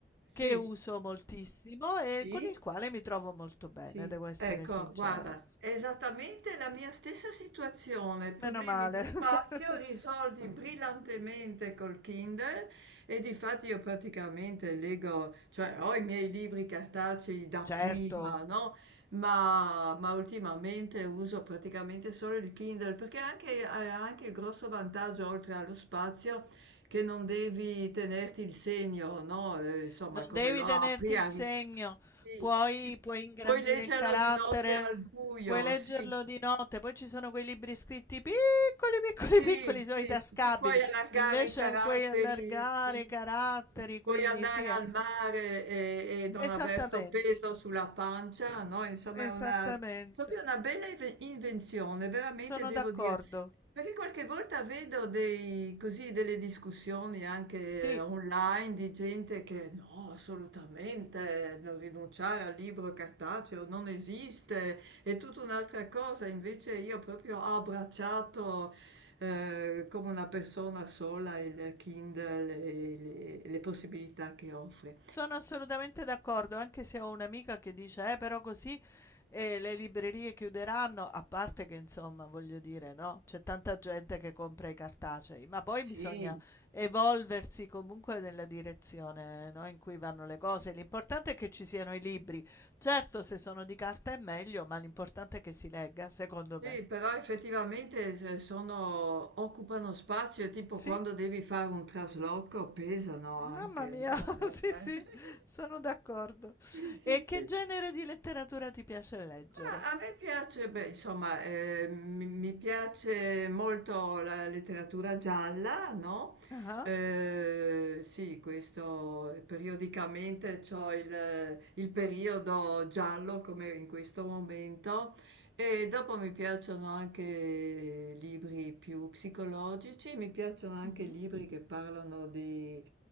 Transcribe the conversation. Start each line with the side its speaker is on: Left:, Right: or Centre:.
Right: sì,
Left: che uso moltissimo
Right: Sì,
Left: e con il quale mi trovo molto bene,
Right: Sì,
Left: devo essere
Right: ecco,
Left: sincera.
Right: guarda, è esattamente la mia stessa situazione, problemi
Left: Meno male.
Right: di spazio
Left: <laughs>
Right: risolti brillantemente col Kindle e difatti io praticamente leggo, cioè ho i miei libri cartacei da
Left: Certo,
Right: prima, no? Ma, ma ultimamente uso praticamente solo il Kindle perché anche, ha anche il grosso vantaggio, oltre allo spazio, che non devi tenerti il segno, no? Eh, insomma,
Left: non
Right: come
Left: devi
Right: lo
Left: tenerti
Right: apri,
Left: il
Right: arri-
Left: segno,
Right: sì,
Left: puoi,
Right: sì,
Left: puoi ingrandire
Right: puoi leggerlo
Left: il carattere,
Right: di notte al buio,
Left: puoi leggerlo
Right: sì.
Left: di notte, poi ci sono quei libri scritti piccoli, piccoli,
Right: Sì,
Left: piccoli,
Right: sì,
Left: sono i tascabili,
Right: ti puoi allargare
Left: invece
Right: i caratteri,
Left: puoi allargare
Right: sì.
Left: i caratteri,
Right: Puoi
Left: quindi
Right: andare
Left: sì, eh.
Right: al mare e, e non
Left: esattamente,
Right: aver sto peso sulla pancia, no? Insomma,
Left: esattamente,
Right: è una, proprio una bella inve- invenzione, veramente
Left: sono
Right: devo
Left: d'accordo.
Right: dire. Perché qualche volta vedo dei, così, delle discussioni anche
Left: Sì,
Right: online di gente che no, assolutamente, non rinunciare al libro cartaceo non esiste, è tutta un'altra cosa. Invece io proprio ho abbracciato Ehm, come una persona sola il Kindle e le le possibilità che offre.
Left: sono assolutamente d'accordo, anche se ho un'amica che dice, eh, però così eh, le librerie chiuderanno, a parte che insomma, voglio dire, no, c'è tanta gente che compra i cartacei, ma poi
Right: Sì.
Left: bisogna evolversi comunque nella direzione, no, in cui vanno le cose. L'importante è che ci siano i libri. Certo, se sono di carta è meglio, ma l'importante è che si legga, secondo
Right: Sì,
Left: me.
Right: però effettivamente se sono occupano spazio e tipo
Left: Sì.
Right: quando devi fare un trasloco pesano anche,
Left: Mamma mia,
Right: no,
Left: <laughs>
Right: eh,
Left: sì,
Right: eh.
Left: sì,
Right: <laughs>
Left: sono d'accordo.
Right: Sì, sì,
Left: E
Right: sì.
Left: che genere di letteratura ti piace leggere?
Right: Ma a me piace, beh, insomma, eh, mi, mi piace molto la letteratura gialla, no?
Left: Ah,
Right: Eh, sì, questo periodicamente c'ho il, il periodo giallo come in questo momento e dopo mi piacciono anche libri più psicologici, mi piacciono anche
Left: mhm,
Right: libri che parlano di,